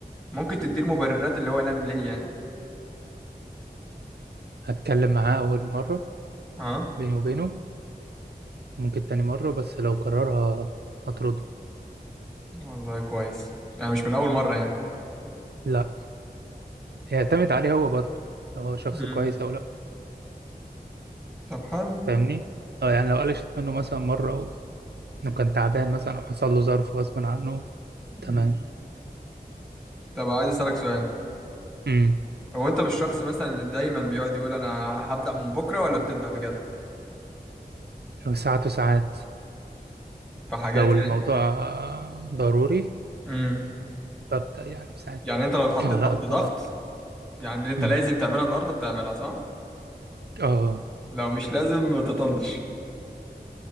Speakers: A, in the centre; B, on the right.
A: ممكن تديله مبررات اللي هو نام ليه يعني
B: هتكلم معاه أول مرة
A: اه
B: بيني وبينه ممكن تاني مرة بس لو قررها هطرده
A: والله كويس يعني مش من اول مره يعني
B: لا يعتمد عليه هو برضه لو هو شخص
A: مم.
B: كويس أو لا
A: طب حلو
B: فاهمني اه يعني لو قلشت منه مثلا مرة لو كان تعبان مثلا أو حصل له ظرف غصب عنه
A: مم.
B: تمام
A: طب عايز اسالك سؤال
B: امم
A: هو انت مش شخص مثلا اللي دايما بيقعد يقول انا هبدا من بكره ولا بتبدا بجد
B: لو ساعات وساعات
A: في حاجات
B: لو الموضوع
A: يعني
B: آه، ضروري
A: امم
B: ببدأ يعني في ساعتها
A: يعني انت لو اتحطيت
B: على
A: تحت
B: قد
A: ضغط
B: ما أقدر
A: يعني اللي انت
B: امم
A: لازم تعملها النهارده بتعملها صح
B: اه
A: لو مش لازم ما تطنش